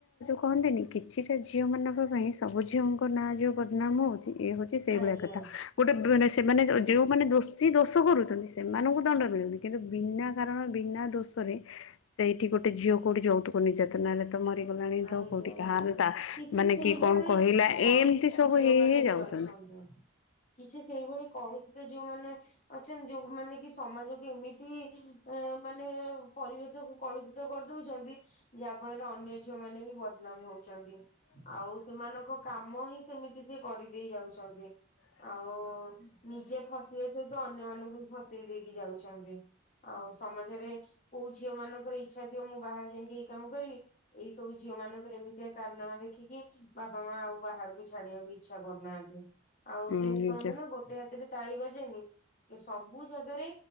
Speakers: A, on the left; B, on the left.
A: କୁହନ୍ତିନି କିଛିଟା ଝିଅମାନଙ୍କ ପାଇଁ ସବୁ ଝିଅଙ୍କ ନାଁ ଯଉଁ ବଦନାମ ହଉଚି ଇଏ ହଉଛି ସେଇ
B: ଆଜ୍ଞା
A: ଭଳିଆ କଥା। ଗୋଟେ ଦୋ ସେମାନେ ଯେଉଁମାନେ ଦୋଷୀ ଦୋଷ କରୁଚନ୍ତି ସେମାନଙ୍କୁ ଦଣ୍ଡ ମିଳୁନି କିନ୍ତୁ ବିନା କାରଣ ବିନା ଦୋଷ ରେ ସେଇଠି ଗୋଟେ ଝିଅ କୁ ଯୌତୁକ ନିର୍ଯାତନାରେ ତ ମରିଗଲାଣି
B: କାଇ
A: ତ କୋଉଠି
B: କହୁଛ
A: କାହାର ତା
B: କିଛି
A: ମାନେ
B: ସେଇଭଳି
A: କି କଣ କହିଲା
B: କଳୁଷିତ
A: ଏମିତି ସବୁ
B: ଝିଅ
A: ହେଇ
B: ମାନେ
A: ହେଇ
B: ବି
A: ଯାଉଛନ୍ତି।
B: ଅଛନ୍ତି କିଛି ସେଇଭଳି କଳୁଷିତ ଯୋଉମାନେ ଅଛନ୍ତି ଯୋଉ ମାନେ କି ସମାଜକୁ ଏମିତି ମାନେ ପରିବେଶକୁ କଳୁଷିତ କରିଦଉଚନ୍ତି। ଯାହା ଫଳରେ ଅନ୍ୟ ଝିଅ ମାନେ ବି ବଦନାମ ହଉଚନ୍ତି ଆଉ ସେମାନଙ୍କ- କାମ ହିଁ ସେମିତି ସେ କରିଦେଇ ଯାଉଛନ୍ତି। ଆଉ ନିଜେ ଫସିବେ ସହିତ ଅନ୍ୟ ମାନଙ୍କୁ ଫସେଇ ଦେଇକି ଯାଉଛନ୍ତି। ଆଉ ସମାଜରେ କୋଉ ଝିଅ ମାନଙ୍କର ଇଚ୍ଛା ଥିବ ମୁଁ ବାହାରେ ଯାଇକି ଏଇ କାମ କରିବି ଏଇ ସବୁ ଝିଅ ମାନଙ୍କର ଏମିତିଆ କାରାନାମା ଦେଖିକି ବାପା ମା ଆଉ ବାହାରକୁ ଛାଡିବାକୁ ଇଚ୍ଛା କରୁନାହାନ୍ତି। ଆଉ
A: ହୁଁ
B: ଯେମିତି
A: ନିଜ
B: କହନ୍ତି ନା ଗୋଟେ ହାତରେ ତାଳିି ବାଜେନି। ସବୁ ଜାଗାରେ